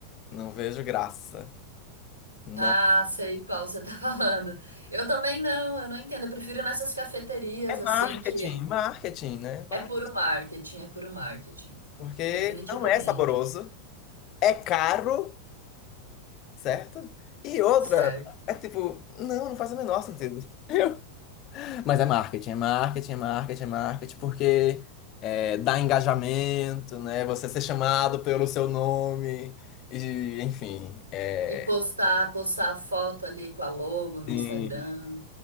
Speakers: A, on the left (about 35°); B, on the right (about 80°).
A: Não vejo graça. Não.
B: Ah, sei qual você tá <laughs> falando. Eu também não, eu não entendo. Eu prefiro nessas cafeterias,
A: É
B: assim,
A: marketing,
B: que
A: marketing, né? Mar-
B: é puro marketing, é puro marketing.
A: Porque
B: Definitivamente,
A: não é saboroso, é caro, certo? E outra,
B: certo?
A: é tipo, não, não faz o menor sentido. Eu- Mas é marketing, é marketing, é marketing, é marketing, porque é, dá engajamento, né? Você ser chamado pelo seu nome, e, enfim, é,
B: E postar, postar a foto ali com a logo no
A: sim,
B: Instagram.
A: sim,